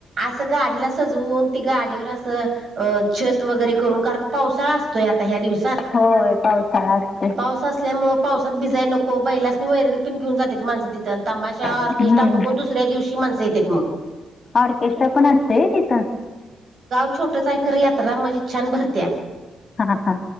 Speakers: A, on the right; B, on the left.
A: असं गाडीला सजवून ते गाडीवर असं अ छत वगैरे करून कारण पावसाळा असतोय आता ह्या दिवसं सात
B: होय पावसाळा असते
A: पाऊस असल्यामुळं पावसात भिजाय नक हो बैलासनी वैरण पण घेऊन जात्यात माणसं तिथं तमाश ऑर्केस्ट्रा
B: हम्म
A: बघून दुसऱ्या दिवशी माण ते येतेत मग
B: ऑर्केस्ट्रा पण असतय व्हय तिथं.
A: छोटच हाय खरं यात्रा म्हणजे छान भरत्या
B: हा हा